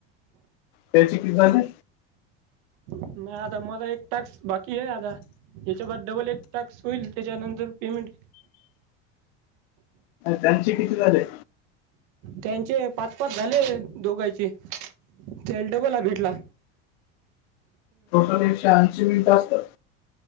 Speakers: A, on the left; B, on the right.
A: त्याची कि झाले.
B: नाही आता मला एक टक्स बाकी आहे आता. याच्या बा डबल एक टाक्स होईल त्याच्यानंतर पेमेंट.
A: त्यांचे किती झाले?
B: त्यांचे पाच पाच झाले दोघांचे. तेलडबल भेटला.
A: एके ऐंशी मिनिटं असतात.